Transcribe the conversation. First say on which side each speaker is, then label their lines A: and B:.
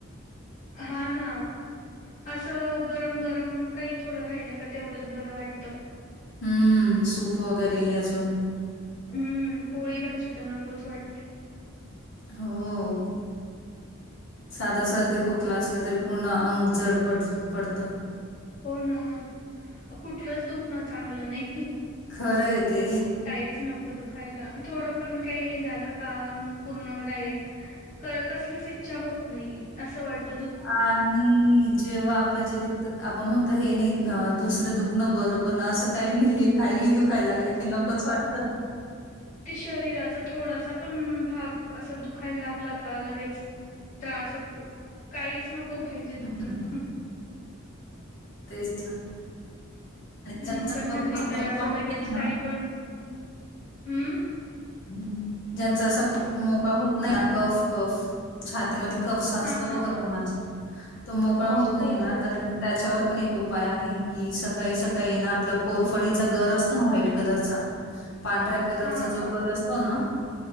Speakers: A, on the left (about 35°); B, on the left (about 60°).
A: हा ना. असं गरम गरम काही थोडं राहिल का तेवढंच बरं वाटतं.
B: हम्म सूफ वगैरे अजून.
A: हम्म पोळी भाजी तर नकोच वाटते.
B: हो. साधा सर्दी खोकला असलं तरी पूर्ण अंग जड पड पडत.
A: हो ना, कुठलंच दुखणं चांगलं नाही.
B: खरं य ते.
A: काहीच नको दुखायला थोडं पण का हे झालं का पूर्ण डायरेक्ट कसलीच इच्छा होत नाही असं वाट
B: अ आणि. जेव्हा आपल्या जे दुखतात आपण म्हणतो हे नाही दुसरं दुखणं बरं पण असं काही नाही. काहीही दुखायला लागलं की नकोच वाटत.
A: शरीराच. थोडासा पण भाग असा दुखायला लागला का लगेच त्रास होतो. काहीच नको पाहिजे दुखणं.
B: हं, तेच ना. आणि
A: हम्
B: ज्यांचा
A: पण
B: कफ
A: हल्ली
B: असा
A: तर
B: मोकळा
A: असं लगेच
B: होत नाही ना
A: काही पण, हम्.
B: हम्, ज्यांचा असा कप मोकाळा होत नाही ना कफ कफ छातीमध्ये कफ साचतो
A: हां, हां,
B: बघा
A: हां.
B: कोणाचा. तो मोकळा होत नाही
A: हो,
B: ना
A: हो.
B: तर त्याच्यावर पण एक उपाय आहे. कि सकाळी सकाळी ना आपला कोरफडीचा गर असतो ना व्हाईट कलरचा, पांढऱ्या कलरचा
A: हां,
B: जो
A: हां,
B: गर असतो ना,